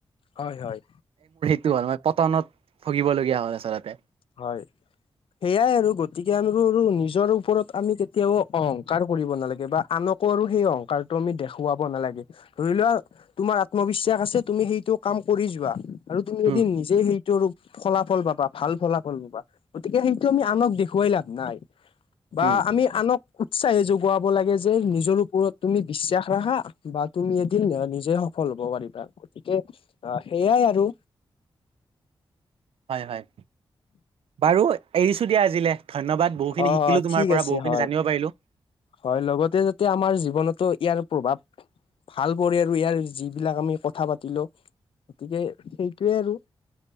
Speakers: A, on the left; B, on the right.
A: হয়, হয়।
B: হয়, হয় মই পতনত ভগিবলগীয়া হ'ল। আচলতে
A: হয়। সেয়াই আৰু গতিকে আমি আৰু নিজৰ ওপৰত আমি তেতিয়াও অহংকাৰ কৰিব নালাগে। বা আনকো আৰু সেই অহংকাৰটো আমি দেখুৱাব নালাগে ধৰি লোৱা, তোমাৰ আত্মবিশ্বাস আছে তুমি সেইটো কাম কৰি যোৱা। আৰু তুমি যদি
B: উম
A: নিজে সেইটো আৰু ফলাফল পাবা। ভাল ফলাফল া গতিকে সেইটো আমি আনক দেখুৱাই লাভ নাই। বা
B: উম
A: আমি আনক উৎসাহে যোগোৱাব লাগে, যে নিজৰ ওপৰত তুমি বিশ্বাস ৰাখা। বা তুমি এদিন নিজে সফল হ'ব পাৰিবা। গতিকে অ সেইয়াই আৰু
B: হয়, হয় বাৰু এৰিছো দিয়া আজিলে। ধন্যবাদ। বহুখিনি
A: অ
B: শিকিলো তোমাৰ
A: ঠিক
B: পৰা,
A: আছে
B: বহুখিনি
A: হয়
B: জানিব পাৰিলো।
A: হয়। লগতে যাতে আমাৰ জীৱনতো ইয়াৰ প্ৰভাৱ ভাল পৰে আৰু ইয়াৰ যিবিলাক আমি কথা পাতিলো। গতিকে, সেইটোৱে আৰু